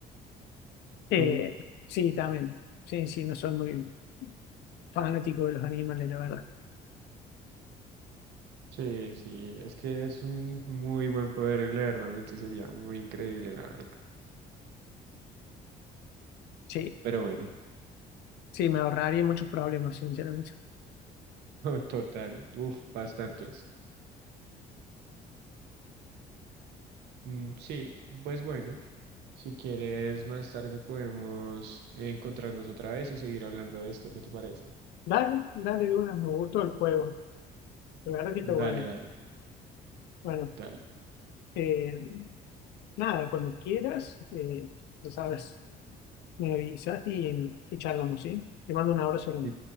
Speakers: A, on the left; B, on the right.
A: eh,
B: ¿Tú?
A: sí, también. Sí, sí, no soy muy fanático de los animales, la verdad.
B: Sí, sí, es que es un muy buen poder leer la mente, sería muy increíble, la verdad.
A: Sí,
B: Pero bueno,
A: sí, me ahorraría muchos problemas, sinceramente.
B: <laughs> total, uf, bastantes. Mm, Sí, pues bueno, si quieres más tarde podemos encontrarnos otra vez y seguir hablando de esto, ¿qué te parece?
A: Dale, dale de una, me gustó el juego. La verdad que está bueno.
B: Dale, dale,
A: Bueno,
B: dale.
A: eh, nada, cuando quieras, eh, ya sabes, me avisas y, y charlamos, ¿sí? Te mando un abrazo.
B: Y